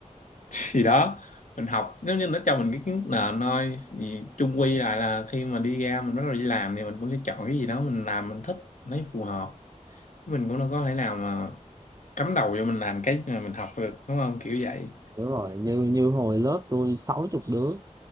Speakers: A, on the left (about 70°); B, on the right (about 25°).
A: <laughs> gì đó mình học nếu như nó cho mình cái kiến thức nền thôi thì chung quy lại là khi mà đi ra mình bắt đầu đi làm thì mình cũng sẽ chọn cái gì đó mình làm mình thích lấy phù hợp mình cũng đâu có thể nào mà cắm đầu vô mình làm cái mà mình học được đúng không kiểu vậy
B: đúng rồi như như hồi lớp tôi sáu chục đứa